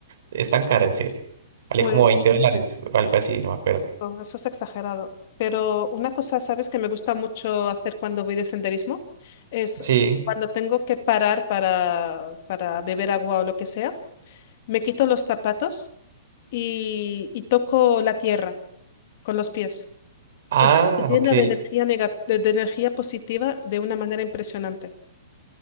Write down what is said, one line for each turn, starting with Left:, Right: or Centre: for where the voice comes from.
Right: es tan cara, en serio. Vale
Left: Pues
Right: como 20 dólares o algo así, no me acuerdo.
Left: oh, eso es exagerado. Pero una cosa, ¿sabes?, que me gusta mucho hacer cuando voy de senderismo es
Right: Sí.
Left: cuando tengo que parar para, para beber agua o lo que sea. me quito los zapatos y, y toco la tierra con los pies.
Right: Ah,
Left: Está llena
Right: ok.
Left: de energía nega- de, de energía positiva de una manera impresionante.